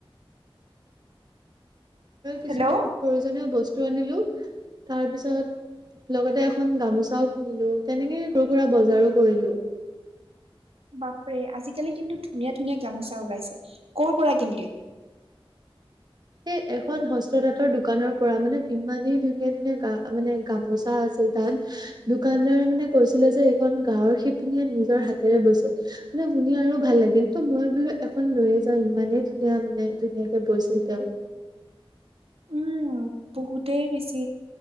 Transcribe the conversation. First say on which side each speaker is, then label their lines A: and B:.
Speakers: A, on the right (about 45°); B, on the right (about 80°).
A: ঘৰৰ কিছুমান
B: হেল্ল'
A: প্ৰয়োজনীয় বস্তু আনিলো, তাৰপিছত লগতে এখন গামোছাও কিনিলো, তেনেকে সৰু-সুৰা বজাৰো কৰিলো।
B: বাপৰে, আজিকালি কিন্তু ধুনীয়া ধুনীয়া গামোচা ওলাইছে। কৰ পৰা কিনিলি?
A: এ এখন হস্ত তাঁতৰ দোকানৰ পৰা মানে ইমানেই ধুনীয়া ধুনীয়া গা মানে গামোচা আছিল। তাত দোকানদাৰে মানে কৈছিলে যে- এইখন গাঁৱৰ শিপিনীয়ে নিজৰ হাতেৰে বৈছে। মানে শুনি আৰু ভাল লাগিল! ত' মই বোলো এখন লৈয়ে যাওঁ ইমানেই ধুনীয়া মানে ধুনীয়াকে বৈছিল তেওঁ।
B: উম, বহুতেই বেছি